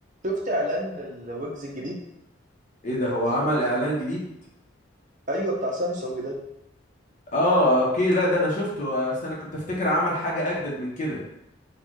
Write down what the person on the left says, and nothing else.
ايه ده هو عمل اعلان جديد
اه اوكي لا ده انا شفته بس انا كنت افتكر عمل حاجة اجدد من كده